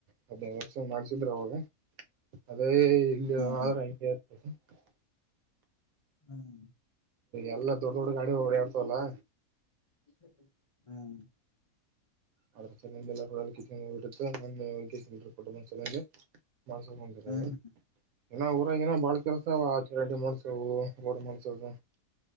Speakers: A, on the right (about 70°); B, on the left (about 60°).
A: ಹದ್ನೈದು ವರ್ಷ ಮಾಡ್ಸಿದ್ರ ಅವಾಗ. ಅದೇ ಇಲ್ಲಿ <unintelligible>
B: ಹ್ಮ್ ಹ್ಮ್
A: ಎಲ್ಲ ದೊಡ್ಡ ದೊಡ್ಡ ಗಾಡಿ ಓಡಾಡ್ತವಲ್ಲಾ.
B: ಹ್ಮ.
A: ಅದರ ಸಮಂದ ಎಲ್ಲಡ ಬಿಟ್ಟತ್ತು ಆ ಕೊಟ್ಟ ಬಂದ ಚಲಂಗ ಮಾಡ್ಸೋಮ ಅಂದ್ರ
B: ಹ್ಮ್ ಹ್ಮ್
A: ಇನ್ನ ಊರಾಗ ಏನ ಬಾಳ ಕೆಲ್ಸ ಆವ ಆ. <unintelligible> ರೋಡ್ ಮಾಡ್ಸೋದು.